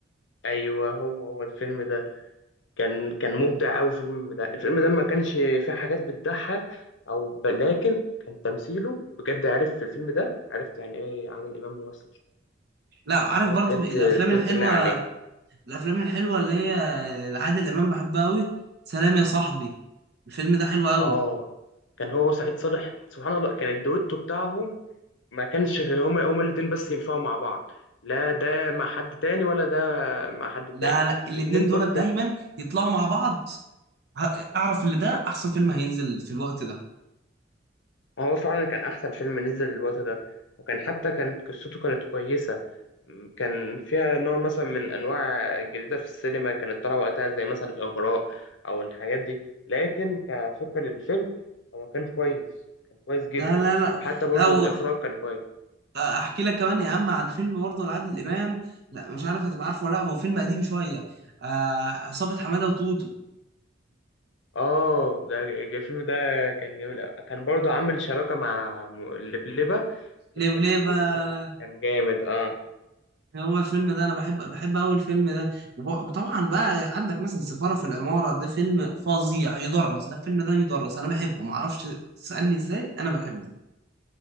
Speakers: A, on the left (about 70°); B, on the right (about 60°).
A: ايوه هو هو الفيلم ده كان كان مبدع قوي في الفيلم ده الفيلم ده ما كانش فيه حاجات بتضحك او ب... لكن كان تمثيله بجد عرف في الفيلم ده عرفت يعني ايه عادل امام ممثل شاطر.
B: لا عارف
A: يعني هو
B: برضو
A: بجد
B: الافلام
A: الدور
B: الحلوه
A: كان لايق عليه
B: الافلام الحلوه اللي هي عادل امام بحبها قوي سلام يا صاحبي الفيلم ده حلو قوي
A: اه كان هو وسعيد صالح سبحان الله كان الدويتو بتاعهم ما كانش غير هما هما الاتنين بس ينفعوا مع بعض لا ده مع حد تاني ولا ده مع حد
B: لا
A: تاني
B: لا الاتنين
A: الاتنين
B: دول
A: دول
B: دايما يطلعوا مع بعض ه- اعرف اللي ده احسن فيلم هينزل في الوقت ده
A: هو فعلا كان أحسن فيلم نزل الوقت ده وكان حتى كانت قصته كانت كويسة م، كان فيها نوع مثلا من أنواع جديدة في السينما كانت طالعة وقتها زي مثلا الإغراء أو الحاجات دي لكن كفكرة للفيلم هو كان كويس كان كويس جدا
B: ده لا لا
A: وحتى برضو
B: لو
A: الإخراج كان كويس
B: احكي لك كمان يا عم عن فيلم برضه لعادل امام لا مش عارف هتبقى عارفه ولا لا هو فيلم قديم شويه آه، عصابه حماده وتوتو
A: آه ده ج- الفيلم ده كان جميل أوي. كان برضو عامل شراكة مع م- لبلبة في
B: ليه
A: التمثيل
B: ليه بقى
A: كان كان جامد آه
B: هو الفيلم ده انا بحب بحب قوي الفيلم ده وب- وطبعا بقى عندك مثلا سفاره في العماره ده فيلم فظيع يدرس ده الفيلم ده يدرس انا بحبه ما اعرفش تسالني ازاي انا بحبه